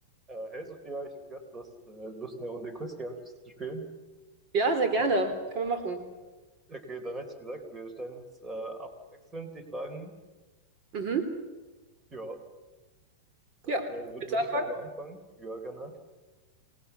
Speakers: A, on the right (about 15°); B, on the right (about 45°).
A: Äh, hey Sophia, ich habe gehört, du hast äh, Lust, eine Runde Quiz Games zu spielen.
B: Ja, sehr gerne. Können wir machen.
A: Okay, dann hätte ich gesagt, wir stellen uns äh, abwechselnd die Fragen.
B: Mhm.
A: Ja, dann
B: Ja.
A: äh, wür-
B: Willst
A: würde
B: du anfangen?
A: ich gleich mal anfangen. Ja, gerne.